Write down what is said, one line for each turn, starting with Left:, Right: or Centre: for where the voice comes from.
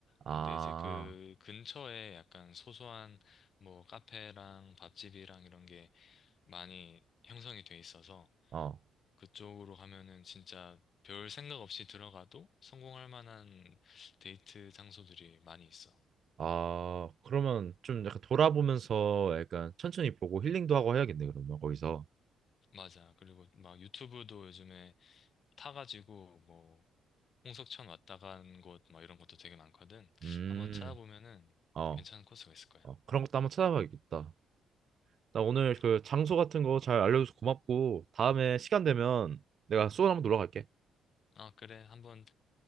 Right: 아,
Left: 근데 이제 그 근처에 약간 소소한 뭐 카페랑 밥집이랑 이런 게 많이 형성이 돼 있어서
Right: 어.
Left: 그쪽으로 가면은 진짜 별 생각 없이 들어가도 성공할 만한 데이트 장소들이 많이 있어.
Right: 아, 그러면 좀 약간 돌아보면서 약간 천천히 보고 힐링도 하고 해야겠네, 그러면 거기서.
Left: 맞아. 그리고 막 유튜브도 요즘에 타가지고 뭐 홍석천 왔다 간 곳 막 이런 것도 되게 많거든.
Right: 음,
Left: 한번 찾아보면은
Right: 어,
Left: 괜찮은 코스가 있을 거야.
Right: 어, 그런 것도 한번 찾아봐야겠다. 나 오늘 그
Left: 어,
Right: 장소 같은 거 잘 알려줘서 고맙고 다음에 시간 되면 내가 수원 한번 놀러 갈게.
Left: 아, 그래. 한번